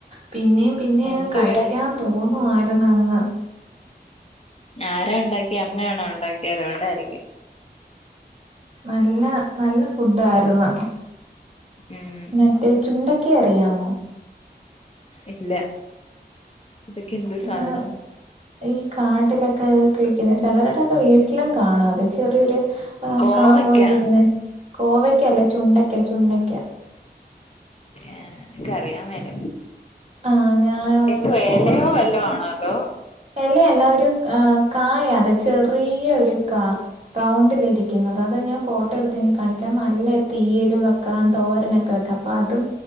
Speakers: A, on the right (about 40°); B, on the left (about 35°).
A: പിന്നേം പിന്നേയങ്ങ്
B: എനിക്കിവിടെ
A: കഴിക്കാൻ തോന്നുവായിര്ന്നങ്ങ്
B: ആരാണ്ടാക്ക്യേ അമ്മയാണോ ഒണ്ടാക്ക്യേ അതുകൊണ്ടായ്രിക്കും
A: നല്ല നല്ല ഫുഡ്ഡായിര്ന്ന്
B: ഉം
A: മറ്റേ ചുണ്ടെയ്ക്ക അറിയാമോ?
B: ഇല്ല ഇതൊക്കെ എന്ത്
A: ഏഹ്
B: സാധ്നം?
A: ഈ കാട്ടിലൊക്കെ കിളിക്ക്ന്ന ചെലര്ടൊക്കെ വീട്ട്ലും കാണും അത് ചെറ്യൊര് ആഹ്
B: കോവയ്ക്ക
A: കാ പോലിരിക്ക്ന്നെ കോവെക്കെയെല്ല ചുണ്ടയ്ക്ക ചുണ്ടയ്ക്ക
B: ഏഹ് ഇൻക്കറിയാൻ മേല
A: ആഹ് ഞാൻ ഒരു
B: എന്തോ
A: ഫോട്ടോ
B: എലയോ വല്ലോ ആണോ അതോ
A: എലയല്ല ഒരു ഏഹ് കായത് ചെറിയൊരു കാ റൗണ്ടിലിര്ക്ക്ന്നത് അത് ഞാൻ ഫോട്ടോ എടുത്ത് ഇനി കാണിക്കാ നല്ല തീയിലും വെക്കാം തോരനൊക്കെ വെക്ക അപ്പ അതും